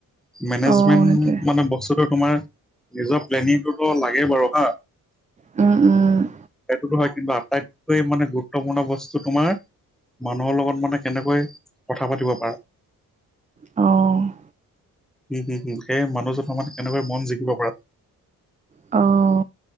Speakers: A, in the centre; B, on the right (about 20°).
A: মেনেজমেন্ট
B: অ সেইটোৱে
A: মানে পাছতো তোমাৰ নিজৰ প্লেনিংটোতো লাগেই বাৰু হা
B: অ'-অ'
A: সেইটোতো হয় কিন্তু আটাইতকৈ মানে গুৰুত্বপূৰ্ণ বস্তু তোমাৰ মানুহৰ লগত মানে কেনেকৈ কথা পাতিব পাৰা।
B: অ',
A: উম-উম-উম সেই মানুহজনৰ মন কেনেকৈ মন জিকিব পাৰা।
B: অ',